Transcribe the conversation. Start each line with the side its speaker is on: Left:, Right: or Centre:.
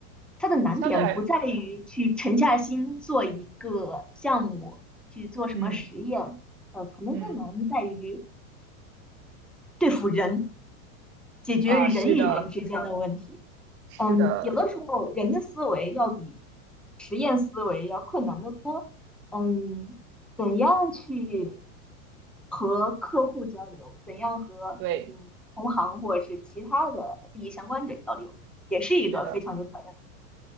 Centre: 它的难点不在于去沉下心做一个项目，
Right: 相对来，
Centre: 去做什么实验，
Right: 嗯
Centre: 呃，可能更难在于
Right: 嗯
Centre: 对付人，解决人与人之间的问题。
Right: 啊，是的，是的，
Centre: 嗯，有的时候人的思维要比实验思维要困难得多。嗯，怎样去和客户交流，怎样和嗯同行或者是其他的利益相关者交流，
Right: 对，
Centre: 也是一个非常有挑战性的。
Right: 是的。